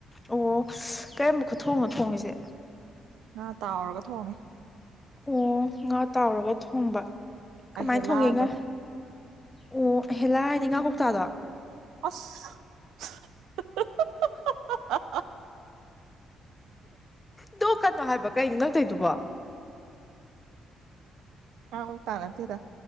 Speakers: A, on the left; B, on the right.
A: ꯑꯣ ꯀꯔꯝꯕ ꯈꯨꯊꯣꯡꯅꯣ ꯊꯣꯡꯉꯤꯁꯦ
B: ꯉꯥ ꯇꯥꯎꯔꯒ ꯊꯣꯡꯉꯦ
A: ꯑꯣ ꯉꯥ ꯇꯥꯎꯔꯒ ꯊꯣꯡꯕ ꯀꯃꯥꯏꯅ
B: ꯑꯍꯦꯂꯥꯗꯣ
A: ꯊꯣꯡꯒꯦ ꯉꯥ ꯑꯣ ꯑꯍꯦꯂꯥ ꯍꯥꯏꯗꯤ ꯉꯥ ꯀꯧꯇꯥꯗꯣ
B: ꯑꯁ <unintelligible>
A: ꯅꯣꯛꯀꯅꯣ ꯍꯥꯏꯕ ꯀꯩꯅꯣ ꯅꯪ ꯇꯧꯏꯗꯨꯕꯣ
B: ꯉꯥ ꯀꯧꯇꯥ ꯅꯠꯗꯦꯗ